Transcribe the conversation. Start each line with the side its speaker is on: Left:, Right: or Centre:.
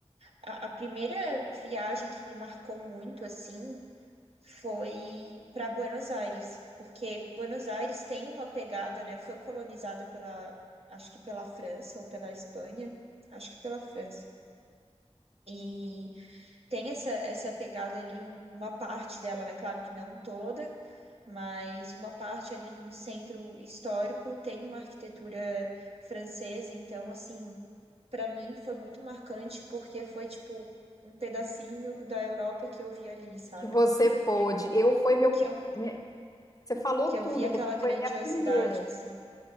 Right: a, a primeira viagem que me marcou muito, assim, foi para Buenos Aires, porque Buenos Aires tem uma pegada, né? Foi colonizada pela, acho que pela França ou pela Espanha, acho que pela França. E tem essa, essa pegada ali, um- uma parte dela, né? Claro que não toda, mas uma parte ali de um centro histórico tem uma arquitetura francesa. Então, assim, para mim foi muito marcante porque foi tipo um pedacinho da Europa que eu vi ali, sabe?
Left: Que você pôde.
Right: E
Left: Eu foi meu.
Right: que eu
Left: minha- você falou
Right: que
Left: tudo,
Right: eu vi aquela
Left: porque
Right: grandiosidade,
Left: foi minha primeira.
Right: assim.